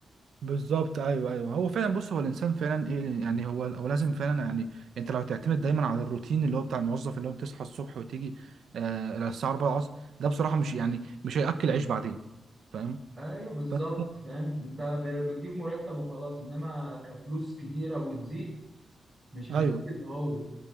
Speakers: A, on the right; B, on the right.
A: بالظبط ايوه ايوه هو فعلا بص هو الانسان فعلا ايه يعني هو هو لازم فعلا يعني انت لو تعتمد دايما على الروتين اللي هو بتاع الموظف اللي هو بتصحى الصبح وتيجي آه إلى الساعه 4 العصر ده بصراحه مش يعني مش هياكل عيش بعدين فاهم
B: ايوه بالظبط
A: فانت
B: فاهم انت ب- بتجيب مرتب وخلاص انما كفلوس كتيره وتزيد مش هتزيد
A: ايوه
B: اللي هو